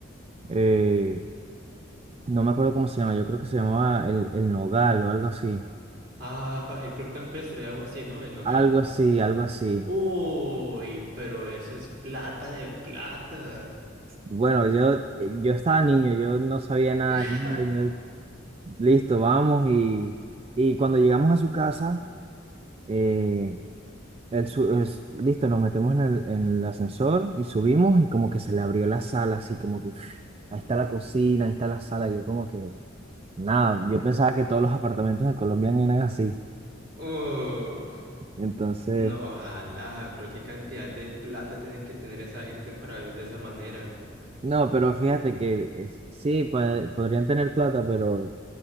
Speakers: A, on the right (about 30°); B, on the right (about 55°).
A: eh, no me acuerdo cómo se llama, yo creo que se llamaba el, el Nogal o algo así,
B: Ah, pa- el Club Campestre, algo así, ¿no? El Nogal.
A: algo así, algo así.
B: Uy, pero eso es plata de plata.
A: Bueno, yo, eh, yo estaba niño, yo no sabía nada,
B: <laughs>
A: de nada, yo, listo, vamos y, y cuando llegamos a su casa, eh, el su- es- listo, nos metemos en el, en el ascensor y subimos y como que se le abrió la sala, así como que <sniffs> "Uf, ahí está la cocina, ahí está la sala, yo como que nada, yo pensaba que todos los apartamentos de Colombia eran así,
B: Uf,
A: entonces,
B: no, ojalá, pero qué cantidad de plata tienen que tener esa gente para vivir de esa manera.
A: no, pero fíjate que es- sí, puede- podrían tener plata, pero...